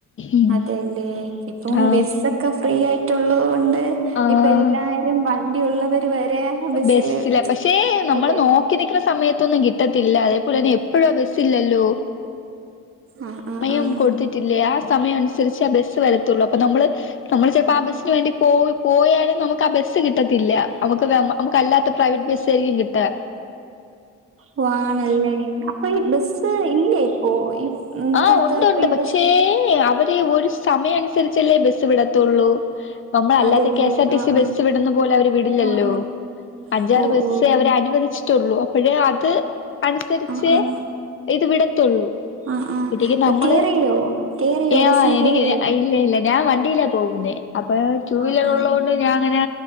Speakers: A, on the left; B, on the right.
A: ഉം
B: അതെല്ലേ ഇപ്പം
A: ആഹ്
B: ബസ്സൊക്കെ ഫ്രീ ആയിട്ടുള്ളത് കൊണ്ട്
A: ആഹ്
B: ഇപ്പ എല്ലാരും വണ്ടി ഉള്ളവർ വരെ ബസ്സില്
A: ബസ്സിലാ പക്ഷേ നമ്മള്
B: അതെ
A: നോ ക്കി നിക്ക്ണ സമയത്തൊന്നും കിട്ടത്തില്ല അതേപോലെ തന്നെ എപ്പഴും ആ ബസ്സില്ലല്ലോ
B: ആഹ് ആഹ്
A: സമയം
B: ആഹ്
A: കൊടുത്തിട്ടില്ലേ ആ സമയം അനുസരിച്ചാ ആ ബസ്സ് വരത്തൊള്ളു അപ്പൊ നമ്മള് നമ്മള് ചെൽപ്പോ ആ ബസ്സിന് വേണ്ടി പോയ് പോയാലും നമുക്ക് ആ ബസ്സ് കിട്ടത്തില്ല നമുക്ക് വെ നമുക്ക് അല്ലാത്ത പ്രൈവറ്റ് ബസ് ആയിരിക്കും കിട്ടാ
B: ഉവ്വ് ആണല്ലേ അപ്പൊ ഈ ബസ് ഇല്ലേ ഇപ്പോ ഈ ഉം ഇപ്പഴത്തെ
A: ആഹ് ഉണ്ട് ഉണ്ട്
B: ഫ്രീ
A: പക്ഷേ
B: ബസ്
A: അവര് ഒരു സമയം അനുസരിച്ചല്ലേ ബസ് വിടത്തൊള്ളൂ നമ്മളല്ലാത്ത
B: അതെല്ലേ
A: കെ എസ് ആർ ടി
B: ആഹ്
A: സി ബസ്സ്
B: ആഹ്
A: വിടുന്ന പോലെ അവര് വിടില്ലല്ലോ
B: ആഹ് ആഹ്
A: അഞ്ചാറ്
B: ഓ
A: ബസ്സേ
B: ഓ
A: അവര് അനുവദിച് ട്ടൊള്ളൂ അപ്പഴേ അത് അനുസരിച്ചേ
B: ആഹ് ആഹ്
A: ഇത് വിടത്തൊള്ളൂ
B: ആഹ് ആഹ്
A: പിറ്റേക്ക് നമ്മള്
B: കേറിയോ കേറിയോ
A: ഏ
B: ബസ്സില്
A: ആഹ് എനിക്ക്
B: കേറിയോ
A: ഇല്ല ഇല്ല ഞാൻ വണ്ടിയിലാ പോകുന്നേ അപ്പൊ ടു വീലർ
B: ആഹ് ആഹ്
A: ഉള്ളത്
B: ആഹ്
A: കൊണ്ട് ഞാൻ അങ്ങനെ